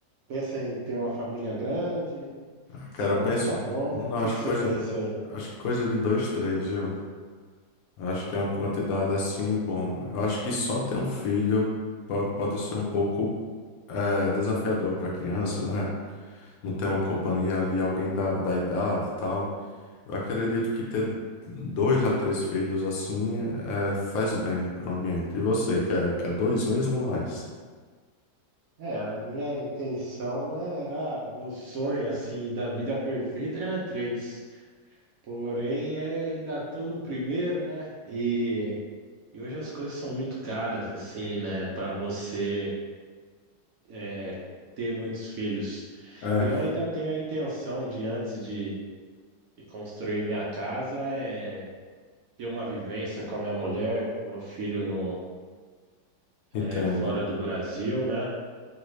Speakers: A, on the right; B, on the left.
A: Pensa em ter uma família grande?
B: Ah, Cara,
A: Só
B: eu penso,
A: um tá bom?
B: não,
A: O que
B: acho
A: que
B: que
A: você
B: coisa,
A: pensa aí?
B: acho que coisa de dois, três, viu? Acho que é uma quantidade assim, bom. Eu acho que só ter um filho po- pode ser um pouco é, desafiador para a criança, né? não tem uma companhia ali, alguém da, da idade e tal. Eu acredito que ter dois a três filhos assim é, faz bem para o ambiente. E você, quer, quer dois mesmo ou mais?
A: É, a minha intenção era, meu sonho assim da vida perfeita era três. Porém, é, ainda tô no primeiro, né? E, e hoje as coisas são muito caras assim, né? Para você é, ter muitos filhos.
B: É,
A: E eu ainda tenho a intenção de antes de, de construir minha casa é ter uma vivência com a minha mulher, com meu filho no
B: entendo.
A: é, fora do Brasil, né?